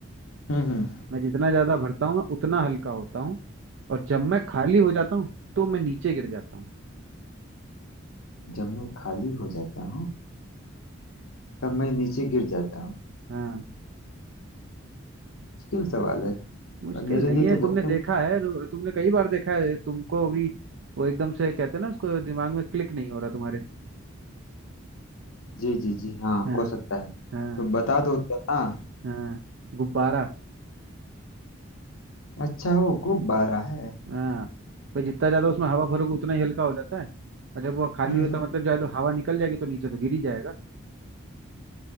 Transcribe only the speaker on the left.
हम्म हम्म
जब मैं खाली हो जाता हूँ तब मैं नीचे गिर जाता हूँ
मुश्किल सवाल है
और मेरे
लिए
तो
बहुत
ही-
जी जी जी हाँ
हो सकता है तो
बता दो तो हाँ
अच्छा वो गुब्बारा है
हम्म
हम्म।